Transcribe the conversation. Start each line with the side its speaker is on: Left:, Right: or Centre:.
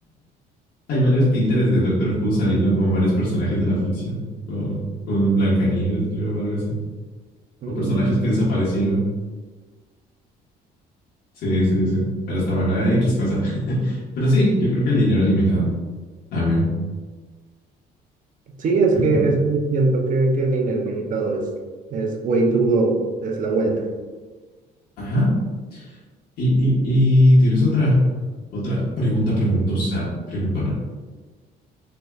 Left: Hay varios Pinterest de Doctor Who saliendo con varios personajes de la ficción, con, con Blancanieves, creo, o algo así.
Right: <laughs>
Left: O personajes que desaparecieron. Sí, sí, sí. Pero está bueno, eh, X cosa. <laughs> Pero sí, yo creo que el dinero es limitado también.
Right: Sí, es
Left: <laughs>
Right: que, es que siento que, que el INE limitado es, es way to go, es la vuelta.
Left: Ajá. Y, y, y tienes otra, otra pregunta preguntosa, preguntona,